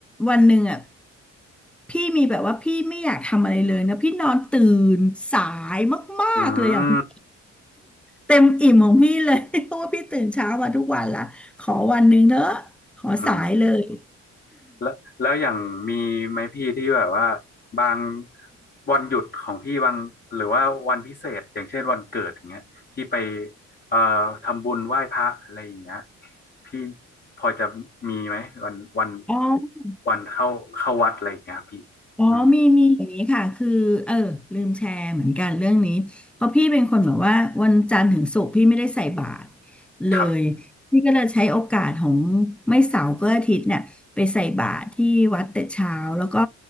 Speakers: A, in the centre; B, on the left (about 35°).
A: วันหนึ่งอ่ะพี่มีแบบว่าพี่ไม่อยากทำอะไรเลยนะพี่นอนตื่นสายมากๆเลยอ่ะคุณ
B: อืม
A: เต็มอิ่มของพี่เลย <laughs> เพราะว่าพี่ตื่นเช้ามาทุกวันละขอวันหนึ่งเถอะขอสายเลย
B: อืม แล้วแล้วอย่างมีไหมพี่ที่แบบว่าบางวันหยุดของพี่บางหรือว่าวันพิเศษอย่างเช่นวันเกิดอย่างเงี้ยพี่ไปเอ่อทำบุญไหว้พระอะไรอย่างเงี้ยพี่พอจะมีไหมวันวัน
A: อ๋อ
B: วันเข้าเข้าวัดอะไรอย่างเงี้ยพี่อืม
A: อ๋อมีมีอย่างนี้ค่ะคือเออลืมแชร์เหมือนกันเรื่องนี้เพราะพี่เป็นคนแบบว่าวันจันทร์ถึงศุกร์พี่ไม่ได้ใส่บาตรเลยพี่ก็เลยใช้โอกาสของ
B: ครับ
A: ไม่เสาร์ก็อาทิตย์เนี่ยไปใส่บาตรที่วัดแต่เช้าแล้วก็